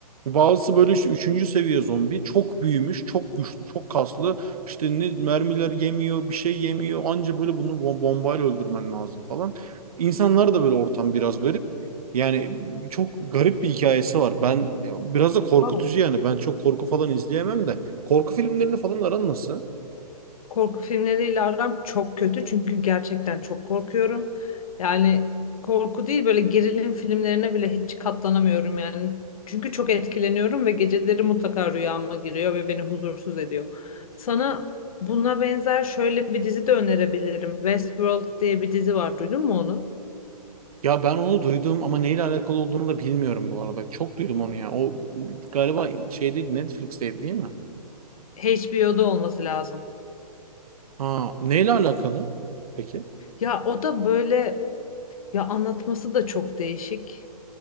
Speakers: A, on the right; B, on the left.
A: Bazısı böyle işte üçüncü seviye zombi. Çok büyümüş, çok güçlü, çok kaslı. İşte ne mermiler yemiyor, bir şey yemiyor. Anca böyle bunu bom- bombayla öldürmen lazım falan. İnsanlar da böyle ortam biraz garip. Yani çok garip bir hikayesi var. Ben biraz da korkutucu
B: Aa.
A: yani. Ben çok korku falan izleyemem de. Korku filmlerini falan aran nasıl?
B: Korku filmleriyle aram çok kötü çünkü gerçekten çok korkuyorum. Yani korku değil böyle gerilim filmlerine bile hiç katlanamıyorum yani. Çünkü çok etkileniyorum ve geceleri mutlaka rüyama giriyor ve beni huzursuz ediyor. Sana buna benzer şöyle bir dizi de önerebilirim. Westworld diye bir dizi var. Duydun mu onu?
A: Ya ben onu duydum ama neyle alakalı olduğunu da bilmiyorum bu arada. Çok duydum onu ya. O galiba şeydeydi Netflix'teydi değil mi?
B: HBO'da olması lazım.
A: Ha, neyle alakalı? Peki.
B: Ya o da böyle ya anlatması da çok değişik.